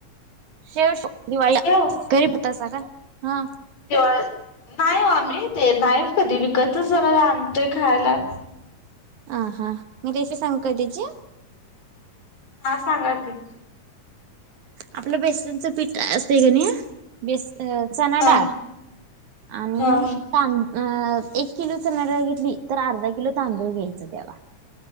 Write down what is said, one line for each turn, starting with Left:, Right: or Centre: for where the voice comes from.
Right: शेव शेव दिवाळीला
Left: शेव
Right: घरी पाडतांसा कायं हां
Left: दिवाळीला नाहीं ओ आम्हीं ते नाहीं कधीं विकतचं जरां आणतोय खांयला
Right: हां हां मी रेसिपी सांगू कायं त्यांची
Left: हां सांगा की
Right: आपलं बेसनचं पीठ असतंय कां नाहीं बेस चना
Left: हा
Right: डाळं आणि
Left: हा
Right: तांद अं एक किलो चनाडाळं घेतली तरं अर्धा किलो तांदूळ घ्यायचं त्यांला